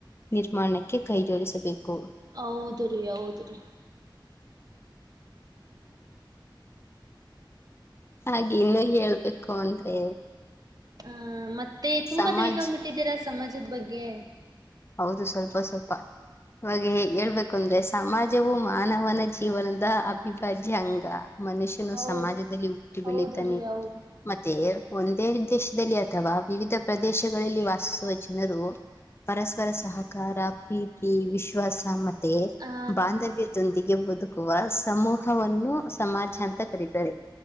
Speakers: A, on the left (about 30°); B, on the right (about 50°).
A: ನಿರ್ಮಾಣಕ್ಕೆ ಕೈ ಜೋಡಿಸಬೇಕು
B: ಹೌದ ರರಿ ಹೌದ್ರಿ
A: ಹಾಗೆ ಇನ್ನು ಹೇಳ್ಬೇಕು ಅಂದ್ರೆ
B: ಹ ಮತ್ತ ತುಂಬಾ
A: ಸಮಾಜ್
B: ತಿಳ್ಕ್ಂಬಿಟ್ಟಿದ್ದೀರ ಸಮಾಜದ ಬಗ್ಗೆ
A: ಹೌದು ಸ್ವಲ್ಪ ಸ್ವಲ್ಪ ಇವಾಗ ಹೇಳ್ಬೇಕು ಅಂದ್ರೆ ಸಮಾಜವು ಮಾನವನ ಜೀವನದ ಅವಭಿಭಾಜ್ಯ ಅಂಗ ಮನುಷ್ಯನು
B: ಹೌದು
A: ಸಮಾಜದಲ್ಲಿ ಹುಟ್ಟಿ
B: ಹೌದು
A: ಬೆಳಿತಾನೆ
B: ರೀ ಹೌದು
A: ಮತ್ತೆ ಒಂದೇ ದೇಶದಲ್ಲಿ ಅಥವಾ ವಿವಿಧ ಪ್ರದೇಶಗಳಲ್ಲಿ ವಾಸಿಸುವ ಜನರು ಪರಸ್ಪರ ಸಹಕಾರ ಪ್ರೀತಿ ವಿಶ್ವಾಸ ಮತ್ತೆ
B: ಹಾ
A: ಬಾಂಧವ್ಯದೊಂದಿಗೆ ಬಹುದು ಹುವ ಸಮೂಹವನ್ನು ಸಮಾಜ ಅಂತ ಕರಾರೆ